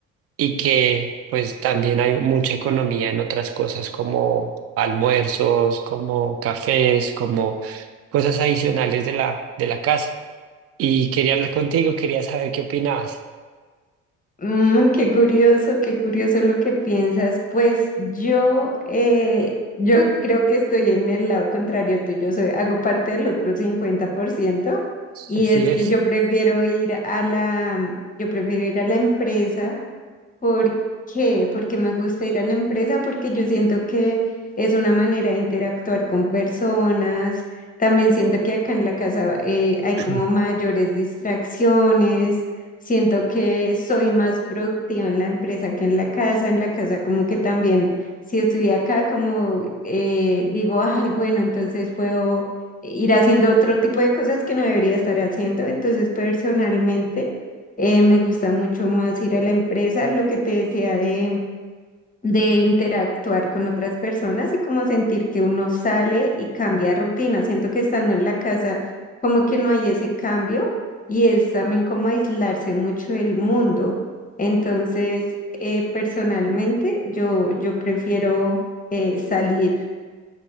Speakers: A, on the right; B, on the left.
A: y que pues también hay mucha economía en otras cosas como almuerzos, como cafés, como cosas adicionales de la, de la casa. Y quería hablar contigo, quería saber qué opinabas.
B: Mm, qué curioso, qué curioso lo que piensas. Pues yo, eh, yo creo que estoy en el lado contrario tuyo, soy, hago parte del otro 50% y
A: Así
B: es
A: ves.
B: que yo prefiero ir a la, yo prefiero ir a la empresa ¿Por qué? Porque me gusta ir a la empresa, porque yo siento que es una manera de interactuar con personas. También siento que acá en la casa eh, hay
A: <clears throat>
B: como mayores distracciones. Siento que soy más productiva en la empresa que en la casa. En la casa como que también, si estoy acá, como eh, digo, ay, bueno, entonces puedo ir haciendo otro tipo de cosas que no debería estar haciendo. Entonces, personalmente... Eh, me gusta mucho más ir a la empresa, lo que te decía de, de interactuar con otras personas y como sentir que uno sale y cambia rutina. Siento que estando en la casa, como que no hay ese cambio y es también como aislarse mucho del mundo. Entonces, eh, personalmente, yo, yo prefiero eh, salir.